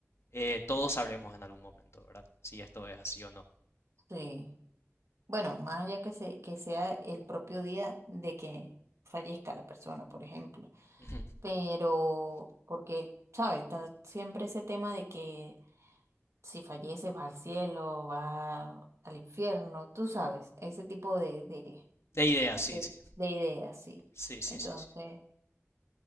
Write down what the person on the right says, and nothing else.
Sí. Bueno, más allá que, se, que sea el propio día de que fallezca la persona, por ejemplo.
Pero, porque, ¿sabes? Está siempre ese tema de que si fallece va al cielo, va al infierno, tú sabes, ese tipo de, de,
de,
de ideas, sí.
Entonces,